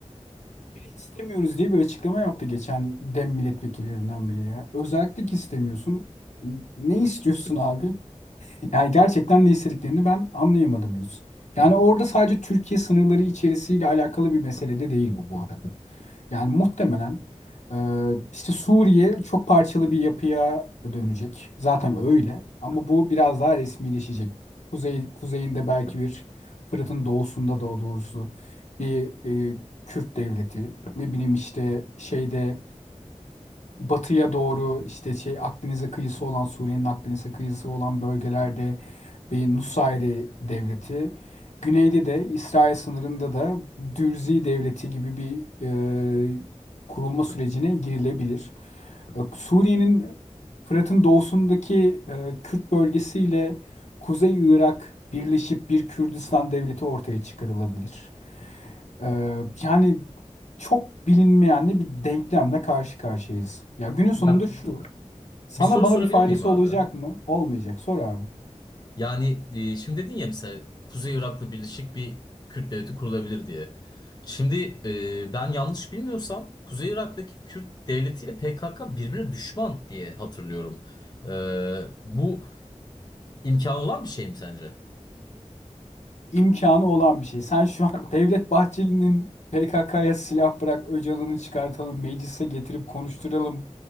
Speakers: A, on the left; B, on the left.
A: İstemiyoruz diye bir açıklama yaptı geçen DEM milletvekillerinden biri ya. Özellik istemiyorsun. Ne istiyorsun abi? Yani gerçekten ne istediklerini ben anlayamadım henüz. Yani orada sadece Türkiye sınırları içerisiyle alakalı bir mesele de değil bu bu arada. Yani muhtemelen e, işte Suriye çok parçalı bir yapıya dönecek. Zaten öyle ama bu biraz daha resmileşecek. Kuzey, kuzeyinde belki bir Fırat'ın doğusunda da doğrusu bir e, Kürt devleti. Ne bileyim işte şeyde batıya doğru işte şey Akdeniz'e kıyısı olan Suriye'nin Akdeniz'e kıyısı olan bölgelerde bir Nusayri devleti. Güneyde de İsrail sınırında da Dürzi devleti gibi bir e, kurulma sürecine girilebilir. E, Suriye'nin Fırat'ın doğusundaki e, Kürt bölgesiyle Kuzey Irak birleşip bir Kürdistan devleti ortaya çıkarılabilir. Ee, yani çok bilinmeyenli bir denklemle karşı karşıyayız. Ya günün sonunda
B: Ya
A: şu. Sana
B: bir soru
A: bana
B: sorabilir
A: bir faydası
B: miyim abi?
A: olacak mı? Olmayacak. Sor abi.
B: Yani e, şimdi dedin ya mesela Kuzey Irak'la birleşik bir Kürt devleti kurulabilir diye. Şimdi e, ben yanlış bilmiyorsam Kuzey Irak'taki Kürt devletiyle PKK birbirine düşman diye hatırlıyorum. E, bu imkan olan bir şey mi sence?
A: İmkanı olan bir şey. Sen şu an <laughs> Devlet Bahçeli'nin PKK'ya silah bırak, Öcalan'ı çıkartalım, meclise getirip konuşturalım